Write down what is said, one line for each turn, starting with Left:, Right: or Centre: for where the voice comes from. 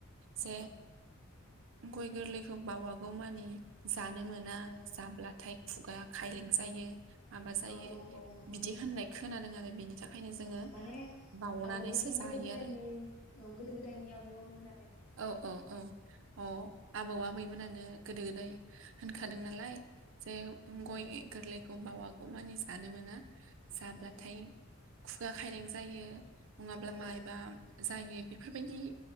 Right: जे
Left: औ
Right: गय गोरलैखौ बावागौ मानि जानो मोना
Left: औ
Right: जाब्लाथाय खुगा खायलें जायो। माबा जायो
Left: औ औ औ नंगौ
Right: बिदि
Left: नोंथां
Right: होननाय खोनादों आरो बेनि थाखायनो जोङो
Left: औ माने
Right: बावनानैसो
Left: आगोलनिफ्राय
Right: जायो
Left: गोदो गोदायनि
Right: आरो
Left: औ गोदो गोदायनि आबौ आबैमोना
Right: औ औ औ अ' आबौ आबैमोनानो गोदो गोदाय होनखादों नालाय जे
Left: औ
Right: गय गोरलैखौ बावा गौ मानि जानो मोना। जाब्लाथाय
Left: औ
Right: खुगा खायलें जायो। नङाब्ला
Left: औ
Right: मायबा
Left: औ
Right: जायो बेफोरबायदि